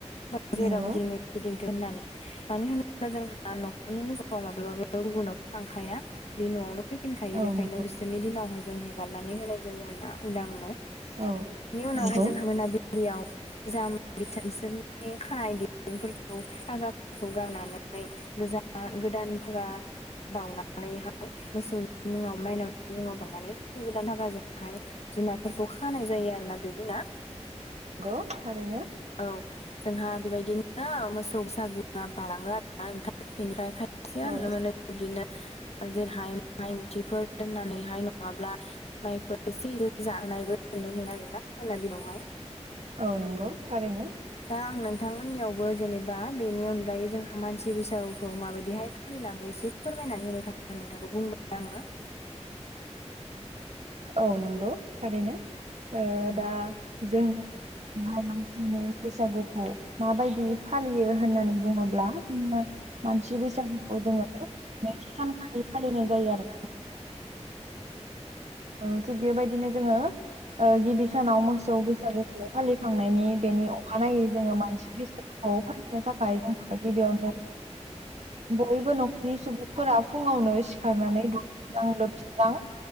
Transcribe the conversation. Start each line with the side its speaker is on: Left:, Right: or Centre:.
Left: <unintelligible> जेराव
Right: नंगौ
Left: गिदिङो गिदिंथो होननानै मानो होनोबा दा जोंहा न'खरनि मोसौआ माब्लाबाबो गुबुनाव थांखाया। बे न'आवनो फैफिनखायो
Right: औ
Left: बेखायनो
Right: नंगौ
Left: बिसोरनि दिनावहाय जों हेगारनानै होनाय जायो आर ना उदांनो। बेनि
Right: औ
Left: उनावहाय
Right: नंगौ
Left: जोंहा मोनाबिलियाव गोजाम बिसोरनि खानाय दिरुंफोरखौ फागाफोरखौ गारनानै ओ गोजान गोदान फागा बावउनानैहाय मोसौनि मुङाव मायनावनि मुङाव बावनानै गोदान फागाजोंहाय जुनारफोरखौ खानाय जायो आरोना बिदिना।
Right: औ नंगौ थारैनो।
Left: औ जोंहा बेबायदिनो मोसौ बैसागुआ बारलाङो आरो। आथ बेनिफ्राय खायसेया
Right: औ
Left: नुनो मोनो बिदिनो जेरैहाय माइ मुथिफोर दोननानै बेहाय नङाब्ला माइफोर एसे ए जानायबो नुनो मोनो आरोना मोनाबिलियावहाय।
Right: औ नंगौ थारैनो।
Left: दा आं नोंथांमोननियावबो जेनेबा बेनि अनगायै जोंहा मानसि बैसागुखौ माबायदिहाय फालिलाङो एसे फोरमायनानै होनो थाखाय नोंथांखौ बुंबाय आङो।
Right: औ नंगौ थारैनो ओ
Left: औ
Right: दा जोंनिाय मानसिनि बैसागुखौ माबायदि फालियो? होननानै बुङोब्ला जोङो मानसि बैसागुखौ जोङो नैथि सानखालि फालिनाय जायो आरो। औ थिग बेबायदिनो जोङो ओ गिबि सानाव मोसौ बैसागुखौ फालिखांनायनि बेनि अखानायै जोङो मानसि खौ फालिनो थाखाय जों गिबियावनो बयबो न'खरनि सुबुंफोरा फुङावनो सिखारनानै दु दुगैस्रां लोबस्रां